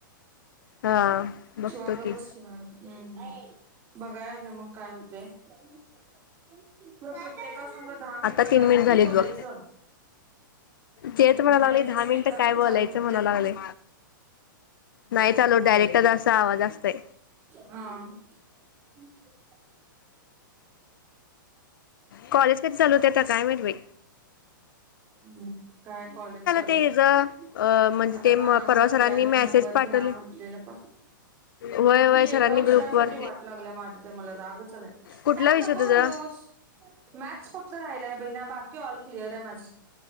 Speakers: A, on the left; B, on the right.
A: हा बघतो
B: शिवा गप
A: की
B: बस शिवा हम्म. <unintelligible> मग काय होतय? खरं प्रत्येकासंग दहा मिनटं
A: आता तीन
B: काय
A: मिनिट
B: ग
A: झालीत
B: बाई बोलायचं
A: बघ तेच म्हणा लागले
B: आणि ह्याचा
A: दहा
B: स्पीकर
A: मिनिटं काय
B: पण
A: बोलायचं
B: चालू होत
A: म्हणा
B: नाही
A: लागले नाही चालू डायरेक्टच असा आवाज असतोय
B: हां. <inaudible>
A: कॉलेज कधी चालू होत्यात? आता काय माहित बई.
B: हम्म, काय कॉलेज चालूओतच
A: ते हेज अ म्हणजे
B: आता
A: ते
B: काल आम्हाला
A: परवा सरांनी
B: पी आर
A: मेसेज
B: एन नंबर
A: पाठवले
B: घ्या म्हंटलेलंपण
A: व्हय
B: बग
A: व्हय
B: की
A: सरांनी
B: एका विषयासाठी
A: ग्रुपवर
B: वाट लागल्या माझी तर मला रागच च आला आहे,
A: कुठला
B: त्यात
A: विषय
B: नको
A: तुझा
B: घालूस मॅथ्स फक्त राहिलाय बईना बाकी ऑल क्लियर आहे माझ